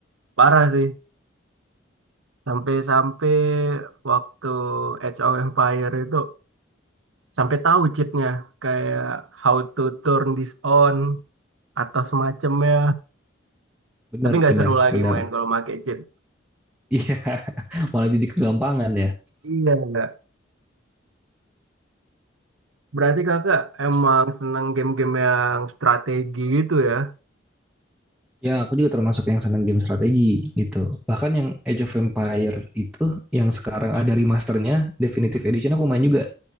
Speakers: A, on the right; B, in the centre.
A: Parah sih. Sampai-sampai waktu Age of Empire itu sampai tahu cheatnya kayak how to turn this on atau semacamnya
B: Benar,
A: tapi nggak
B: benar,
A: seru lagi
B: benar.
A: main kalau pakai cheat
B: Iya, <laughs> malah jadi kegampangan ya.
A: iya nggak berarti kakak
B: Terus,
A: emang seneng game-game yang strategi gitu ya
B: Ya, aku juga termasuk yang senang game strategi gitu. Bahkan yang Age of Empire itu, yang sekarang ada remasternya, Definitive Edition aku main juga.